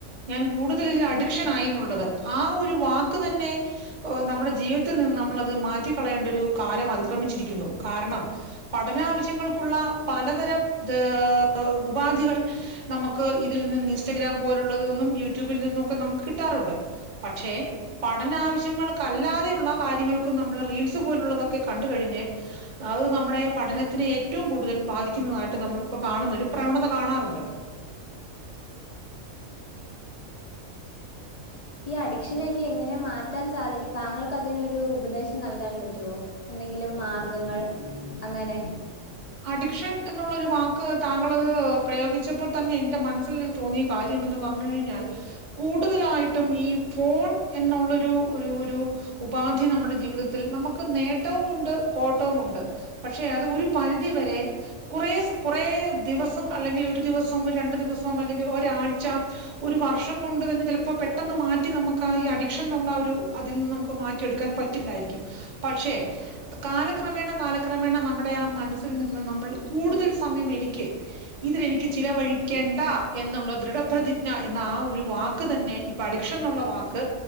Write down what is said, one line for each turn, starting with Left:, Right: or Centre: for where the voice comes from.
Right: ഞാൻ കൂടുതൽ ഇതിൽ അഡിക്ഷൻ ആയി ന്നുള്ളത് ആ ഒരു വാക്ക് തന്നെ നമ്മുടെ ജീവിതത്തിൽ നിന്ന് നമ്മളത് മാറ്റിക്കളയേണ്ട ഒരു കാലം അതിക്രമിച്ചിരിക്കുന്നു കാരണം പഠനാവശ്യങ്ങൾക്കുള്ള പലതരം ത് ഉപാധികൾ നമുക്ക് ഇതിൽ നിന്ന് ഇൻസ്റ്റഗ്രാം പോലുള്ളത് നിന്നും യൂട്യൂബിൽ നിന്നൊക്കെ നമുക്ക് കിട്ടാറുണ്ട് പക്ഷെ പഠന ആാശ്യങ്ങൾക്കല്ലാതെയുള്ള കാര്യങ്ങൾക്കും നമ്മള് റീൽസ് പോലുള്ളതൊക്കെ കണ്ട്കഴിഞ്ഞ് അഅ് നമ്മടെ പഠനത്തിനെ ഏറ്റവും കൂടുതൽ ബാധിക്കുന്നതായിട്ട് നമ്മളിപ്പോ കാണുന്ന ഒരു പ്രവണത കാണാറുണ്ട്
Left: ഈ അഡിക്ഷനൊക്കെ എങ്ങനെ മാറ്റാൻ സാധിക്കും താങ്കൾക്കതിനൊരു ഉപദേശം നൽകാൻ പറ്റുവോ എന്തെങ്കിലും മാർഗങ്ങൾ അങ്ങനെ
Right: അഡിക്ഷൻ എന്നുള്ളരു വാക്ക് താങ്കളത് പ്രയോഗിച്ചപ്പോൾ തന്നെ എന്റെ മനസ്സിൽ തോന്നിയ കാര്യം എന്ന് പറഞ്ഞ് കഴിഞ്ഞാൽ കൂടുതലായിട്ടും ഈ ഫോൺ എന്നുള്ളൊരു ഒരു ഒരു ഉപാധി നമ്മടെ ജീവിതത്തിൽ നമുക്ക് നേട്ടവും ഉണ്ട് കോട്ടവും ഉണ്ട് പക്ഷെ അത് ഒരു പരിധിവരെ കുറേ കുറേ ദിവസം അല്ലെങ്കിൽ ഒരു ദിവസം രണ്ടു ദിവസം അല്ലെങ്കിൽ ഒരാഴ്ച ഒരു വർഷം കൊണ്ട് തന്നെ ചെലപ്പോ പെട്ടെന്ന് മാറ്റി നമ്മക്ക് ആ ഈ അഡിക്ഷൻ ന്നുള്ളാ ഒരു അതിൽ നിന്ന് നമുക്ക് മാറ്റിയെടുക്കാൻ പറ്റ് റ്റില്ലായിരിക്കും പക്ഷേ കാലക്രമേണ കാലക്രമേണ നമ്മുടെ ആ മറ്റ് മനസ്സിൽ നിന്ന് നമ്മൾ കൂടുതൽ സമയം എനിക്ക് ഇതിലെനിക്ക് ചിലവഴിക്കേണ്ട എന്നുള്ള ദൃഢപ്രതി ഞ എന്ന ആ ഒരു വാക്ക് തന്നെ ഇപ്പൊ അഡിക്ഷൻ ന്നുള്ള വാക്ക്